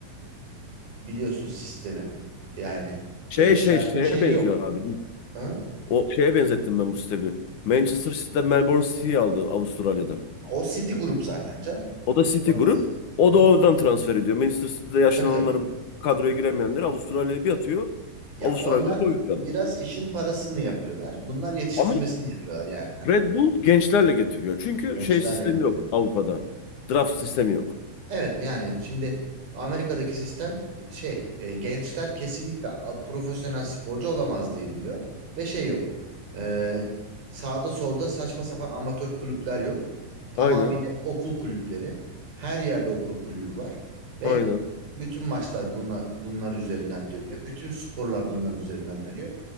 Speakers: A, on the right; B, on the left.
A: biliyorsun sistemi. Yani
B: Şey
A: gençlerde
B: şey şeye
A: şey
B: benziyor
A: yok.
B: abi değil.
A: Ha?
B: O şeye benzettim ben bu sistemi. Manchester City'de Melbourne City'yi aldı Avustralya'da.
A: O City Group zaten canım.
B: O da City
A: Orası.
B: grup. O
A: Hı hı.
B: da oradan transfer ediyor. Manchester City'de yaşlananları
A: Tabii tabii.
B: kadroya giremeyenleri Avustralya'ya bir atıyor.
A: Ya
B: Avustralya'da
A: onlar
B: çok yapıyor
A: biraz
B: adam.
A: işin parasını yapıyorlar. Bunlar yetiştirmesini
B: Ama
A: yapıyorlar yani hani
B: Red Bull gençlerle getiriyor. Çünkü
A: gençlerle
B: şey sistemi
A: getiriyor.
B: yok Avrupa'da. Draft sistemi yok.
A: Evet yani şimdi Amerika'daki sistem şey e, gençler kesinlikle a- profesyonel sporcu olamaz deniliyor ve şey yok. E, sağda solda saçma sapan amatör kulüpler yok. Tamamıyla
B: Aynen.
A: okul kulüpleri. Her yerde okul kulübü var ve
B: Aynen.
A: bütün maçlar bunlar, bunlar üzerinden dönüyor. Bütün sporlar bunların üzerinden dönüyor.